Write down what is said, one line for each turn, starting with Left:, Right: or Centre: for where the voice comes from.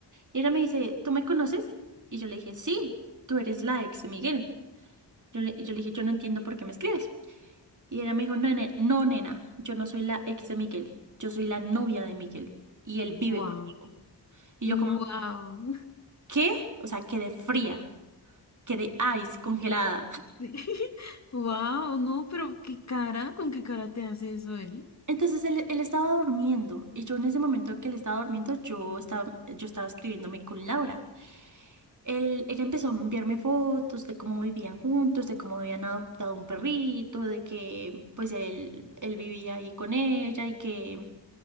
Right: Y ella me dice, ¿tú me conoces? Y yo le dije, sí, tú eres la ex de Miguel. Yo le, yo le dije, yo no entiendo por qué me escribes. Y ella me dijo, no, nena, no, nena, yo no soy la ex de Miguel, yo soy la novia de Miguel y él vive
Left: Wow.
Right: conmigo. Y
Left: Wow.
Right: yo como,
Left: <laughs>
Right: ¿qué? O sea, quedé fría. quedé ice, congelada.
Left: Sí. Wow, no, pero qué cara, ¿con qué cara te hace eso él?
Right: Entonces él, él estaba durmiendo y yo en ese momento que él estaba durmiendo, yo estaba, yo estaba escribiéndome con Laura. Él, él empezó a enviarme fotos de cómo vivían juntos, de cómo habían adoptado un perrito, de que pues él, él vivía ahí con ella y que,